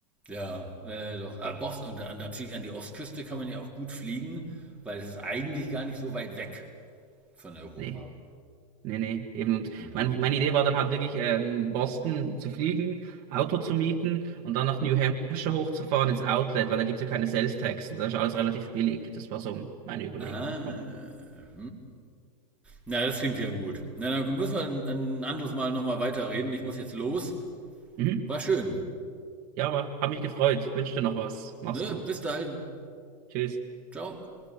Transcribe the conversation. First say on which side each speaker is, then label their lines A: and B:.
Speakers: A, in the centre; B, on the right.
A: Ja, äh, doch. Ah, Boston und äh, natürlich an die Ostküste kann man ja auch gut fliegen, weil es ist eigentlich gar nicht so weit weg von Europa.
B: Nee. Nee, nee, eben. Und
A: Mhm.
B: mein, meine Idee war dann halt wirklich, äh, in Boston zu fliegen, Auto zu mieten und dann nach New Hampshire hochzufahren ins Outlet, weil da gibt's ja keine Sales Tax und da ist alles relativ billig. Das war so meine Überlegung.
A: Ah,
B: Aber,
A: na, das klingt ja gut. Na, dann müssen wir ein, ein anderes Mal nochmal weiterreden. Ich muss jetzt los.
B: mhm.
A: War schön.
B: Ja, aber hab mich gefreut. Wünsche dir noch was. Mach's
A: Ne?
B: gut.
A: Bis dahin.
B: Tschüss.
A: Ciao.